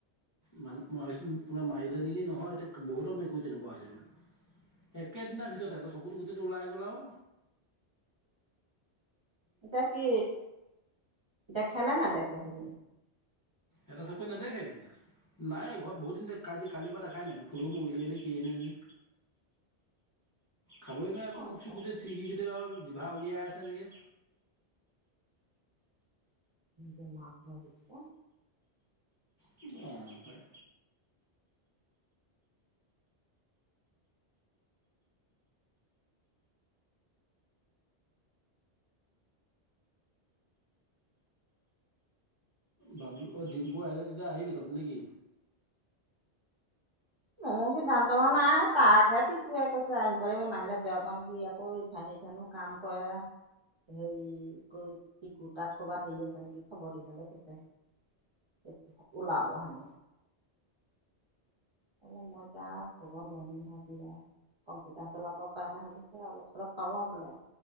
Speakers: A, on the left; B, on the right.
A: মান মই ভাবিছোঁ কোনোবাই মাৰিলে নেকি নহয়, এতিয়া বহুতো মেকুৰী তেনেকুৱা হৈছে বোলে। একেদিনা ভিতৰত এই চকুটো গোটেইটো ওলাই গ'ল আও।
B: এটা কি দেখে নে নেদেখে। বাহিৰলে
A: এটা চকুৱে নেদেখেই নাই ঘৰত বহুত দিন কি কালিৰ পৰা দেখাই নাই বোলো মৰিলেই নে কিয়ে নে এইজনী। খাবই নোৱাৰে আকৌ
B: অ,
A: মোখ চোখ
B: তাই
A: গোটেই ছিগাৰেট আও জিভা উলিয়াই আছে তেনেকেই
B: বেমাৰটো হৈছে।
A: যানো পাই। বাবলু অঁ ডিম্পু আহিলে তেতিয়া আহিবি তহঁত নেকি
B: মোৰ সিদ্ধান্ত হোৱা নাই তাকহে পিকুৱে কৈছে আহিবলৈ মই নাহিলে বেয়া পাম সি আকৌ ৰিফাইনেৰত হেনো কাম কৰে হেৰি পিকু তাত কৰবাত হেৰি আছে নেকি খবৰ দিবলৈ কৈছে ওলাব হেনো মই এতিয়া কব নোৱাৰিম নহয়বা কম্পিউটাৰ চলাব পাৰে নে সুধিছে অলপ চলপ পাৰো আৰু বোলে